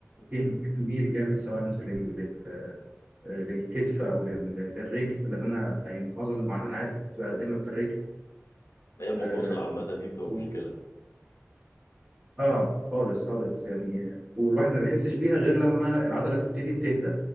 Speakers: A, on the right; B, on the left.
A: فيها تميل جامد سواء لل- لل- آه، للكتف او لل- للرجل لان انا يعني معظم المعاناه انا عارف بتبقى دايما في الرجل
B: هي المفاصل
A: اه
B: عامة دي بتبقى
A: و-
B: مشكلة
A: آه، خالص خالص يعني آه، والواحد ما بيحسش بيها غير لما العضله تبتدي تهدى